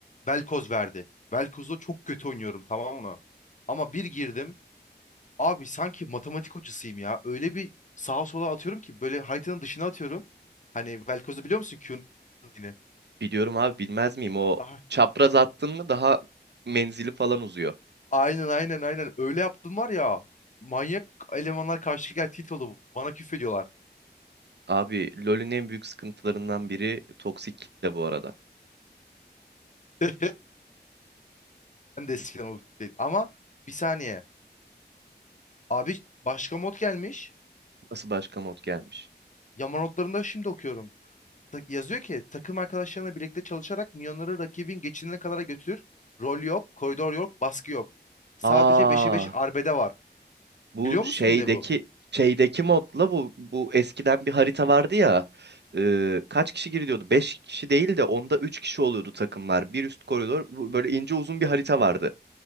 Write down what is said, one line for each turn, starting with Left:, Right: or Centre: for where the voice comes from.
Left: Velkoz verdi. Velkoz'da çok kötü oynuyorum tamam mı? Ama bir girdim. Abi sanki matematik hocasıyım ya. Öyle bir sağa sola atıyorum ki böyle haritanın dışına atıyorum. Hani Velkoz'u biliyor musun Q'nun yine?
Right: Biliyorum abi bilmez miyim o
Left: Ah,
Right: çapraz attın mı daha menzili falan uzuyor.
Left: Aynen aynen aynen. Öyle yaptım var ya. Manyak elemanlar karşı gel tilt oldu. Bana küfrediyorlar.
Right: Abi LoL'ün en büyük sıkıntılarından biri toksik kitle bu arada.
Left: <laughs> Ben de eskiden o değil. Ama bir saniye. Abi başka mod gelmiş.
Right: Nasıl başka mod gelmiş?
Left: Yama notlarında şimdi okuyorum. ta- yazıyor ki takım arkadaşlarına birlikte çalışarak milyonları rakibin geçidine kadar götürür. Rol yok, koridor yok, baskı yok. Sadece
Right: Aa,
Left: beşe 5 arbede var.
Right: bu
Left: Biliyor
Right: şeydeki
Left: musun ne bu?
Right: şeydeki modla bu bu eskiden bir harita vardı ya. e, kaç kişi giriliyordu? 5 kişi değil de onda 3 kişi oluyordu takımlar. Bir üst koridor bu böyle ince uzun bir harita vardı.